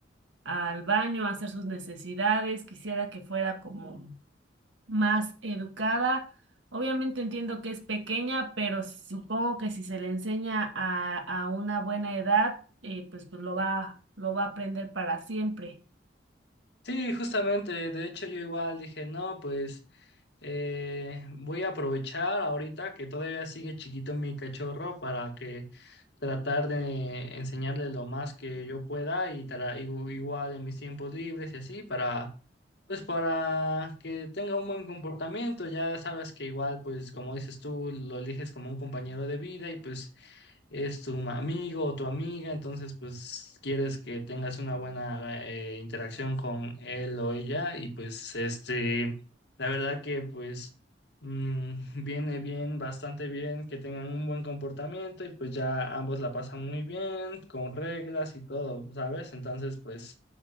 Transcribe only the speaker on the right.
al baño, a hacer sus necesidades, quisiera que fuera como más educada. Obviamente entiendo que es pequeña, pero supongo que si se le enseña a, a una buena edad, eh, pues, pues lo va, lo va a aprender para siempre.